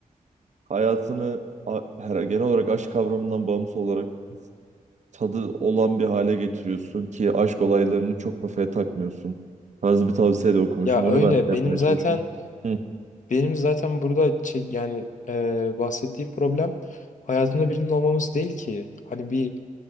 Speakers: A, on the right; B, on the left.
A: hayatını a- her genel olarak aşk kavramından bağımsız olarak tadı olan bir hale getiriyorsun ki aşk olaylarını çok kafaya takmıyorsun. Tarzı bir tavsiye de okumuşum.
B: Ya
A: Onu
B: öyle
A: ben
B: benim
A: yapmaya
B: zaten
A: çalışıyorum. Hı.
B: benim zaten burada çek, yani e, bahsettiğim problem hayatında birinin olmaması değil ki. Hani bir